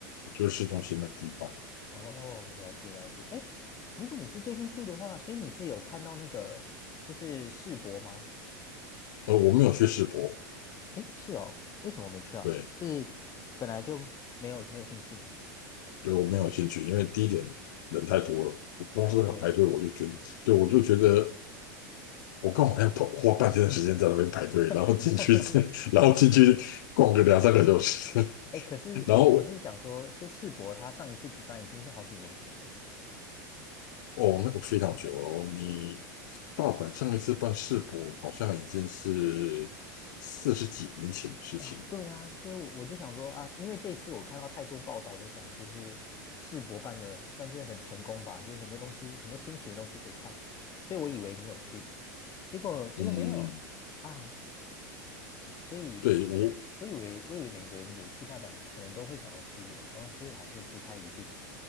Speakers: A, on the left; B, on the left.
A: 就是市中心那个地方，
B: 哦，了解了解。哎，如果你是最近去的话，所以你是有看到那个就是世博吗？
A: 呃，我没有去世博，
B: 哎，是哦，为什么没去啊？
A: 对。
B: 是本来就没有没有兴趣吗？
A: 对我没有兴趣，因为第一点人太多了，我公司要排队，
B: 哦，对。
A: 我就觉得，对我就觉得我刚好要跑，花半天的时间在那边排队，
B: <laughs>
A: 然后进去，<laughs> 然后进去逛个两三个小时，
B: 哎，可是我我是想说，
A: <laughs> 然后
B: 就世博他上一次举办已经是好几年前了。
A: 哦，那个非常久哦，你大阪上一次办世博好像已经是四十几年前的事情了，
B: 哇，对啊，就是我我就想说啊，因为这一次我看到太多报道在讲，就是世博办的算是很成功吧，就是很多东西，很多新奇的东西可以看，所以我以为你有去，结果结果没有啊，
A: 嗯，
B: 所以
A: 对我
B: 我以为我以为每个人有去大阪，可能都会想要去耶然后所以还是不太一定。